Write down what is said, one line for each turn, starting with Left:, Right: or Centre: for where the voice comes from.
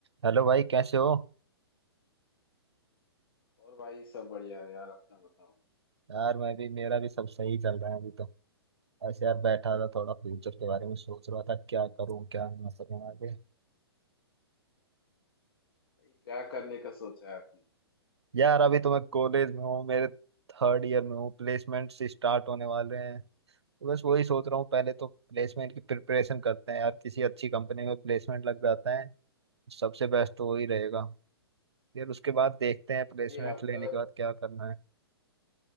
Right: Hello भाई कैसे हो
Left: और भाई सब बढ़िया है यार अपना बताओ
Right: यार मैं भी मेरा भी सब सही चल रहा है अभी तो ऐसे यार बैठा था थोड़ा फ्यूचर के बारे में सोच रहा था क्या करूं क्या ना करूं आगे
Left: भाई क्या करने का सोचा है आपने
Right: यार अभी तो मैं कॉलेज में हूँ मेरे थर्ड ईयर में हूँ प्लेसमेंट्स स्टार्ट होने वाले हैं तो बस वही सोच रहा हूँ पहले तो प्लेसमेंट की प्रिपरेशन करते हैं यार किसी अच्छी कंपनी में प्लेसमेंट लग जाता है सबसे बेस्ट तो वही रहेगा फिर उसके बाद देखते हैं प्लेसमेंट
Left: भाई आपका
Right: लेने के बाद क्या करना है